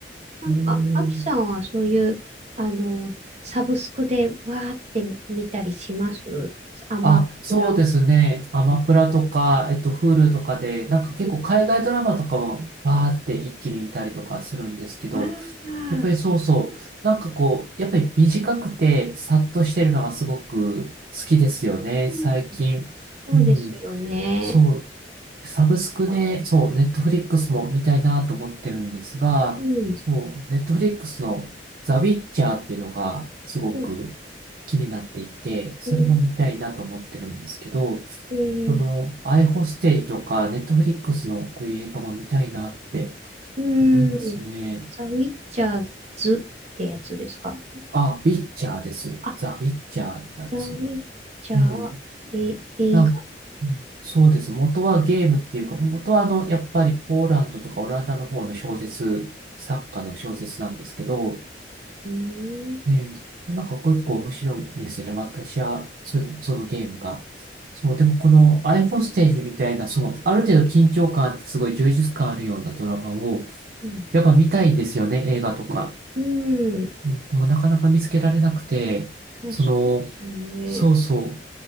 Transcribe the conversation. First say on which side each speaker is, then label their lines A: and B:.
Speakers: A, on the right; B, on the right.
A: なんか、
B: えー
A: アキさんはそういう、あの、サブスクでわーって見たりしますアマプラ。
B: あ、そうですね。アマプラとか、えっと、Hulu とかで、なんか結構海外ドラマとかもバーって一気に見たりとかするんですけど、
A: うん、ああ、
B: やっぱりそうそう、なんかこう、やっぱり短くてさっとしてるのがすごく好きですよね、
A: うん、
B: 最近。
A: そうですよね。
B: うん、そう。サブスクで、
A: あ
B: そう、ネットフリックスも見たいなと思ってるんですが、
A: うん。
B: そう、ネットフリックスのザ・ウィッチャーっていうのがすごく
A: そうで
B: 気になっていて、それも見たいなと思ってるんですけど、
A: すね。えー、
B: このアイホステージとかネットフリックスのこういう映画も見たいなって
A: う
B: 思いますね。
A: ーん。ザ・ウィッチャーズってやつですか
B: あ、ウィッチャーです。
A: あ、
B: ザ・ウィッチャーってやつ。
A: ザ・ウィッチャー、
B: うん。
A: え、映画。
B: あ、うんそうです。元はゲームっていうか、元はあの、やっぱりポーランドとかオランダの方の小説、作家の小説なんですけど、
A: うーん。
B: えーなんか結構面白いんですよね。私は、それ、そのゲームが。そう、でもこのアイフォステージみたいな、その、ある程度緊張感あってすごい充実感あるようなドラマを、
A: うん。
B: やっぱ見たいんですよね、映画とか。
A: うん。
B: うんでもなかなか見つけられなくて、
A: あ、
B: その、
A: そうですよね。
B: そうそ